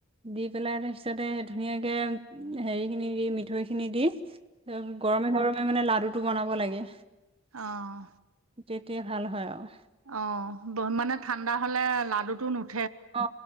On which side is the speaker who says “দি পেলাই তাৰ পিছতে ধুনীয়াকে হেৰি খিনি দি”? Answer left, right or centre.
Right